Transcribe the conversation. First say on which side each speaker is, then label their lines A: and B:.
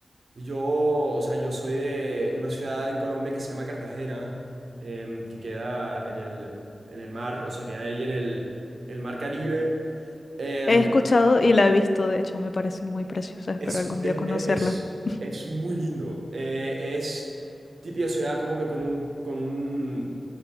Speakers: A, on the right; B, on the left.
A: yo, o sea, yo soy de una ciudad en Colombia que se llama Cartagena, em, que queda en el, en el mar, o sea, queda ahí en el, el mar Caribe. Em,
B: He escuchado y la he visto, de hecho, me parece muy preciosa, espero
A: Es,
B: algún
A: es,
B: día conocerla.
A: es-
B: <laughs>
A: es muy lindo. Eh, es típica ciudad como que con un, con un